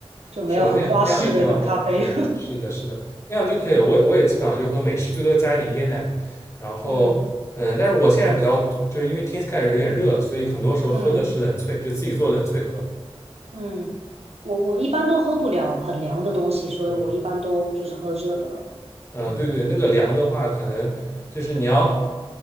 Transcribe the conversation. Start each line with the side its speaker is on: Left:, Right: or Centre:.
Right: 就没有很花式的那种咖啡，
Left: 是的，那样那样也挺好喝。对，是的，是的，那样就可以了。
Right: <laughs> 嗯
Left: 我我也基本上就喝美式，最多加一点椰奶。然后，
Right: 嗯
Left: 嗯，但是我现在比较多就是因为天气开始有点热了，所以很多时候喝的是冷萃，
Right: 嗯。
Left: 就自己做冷萃喝。
Right: 嗯，我我一般都喝不了很凉的东西，所以我一般都就是喝热的了。
Left: 嗯嗯，
Right: 嗯
Left: 呃对对，那个凉的话，可能就是你要，